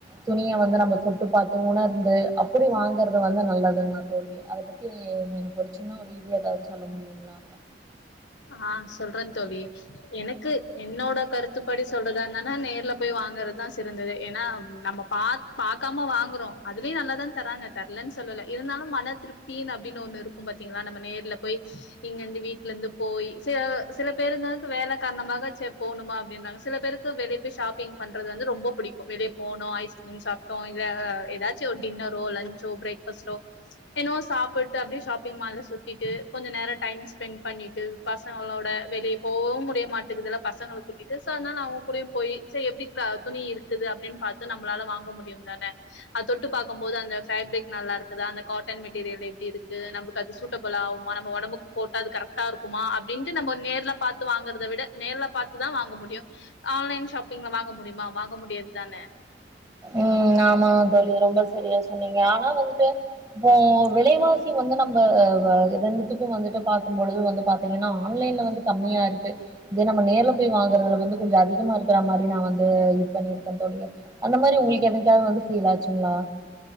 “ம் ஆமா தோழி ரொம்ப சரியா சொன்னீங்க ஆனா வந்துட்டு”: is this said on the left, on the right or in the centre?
Right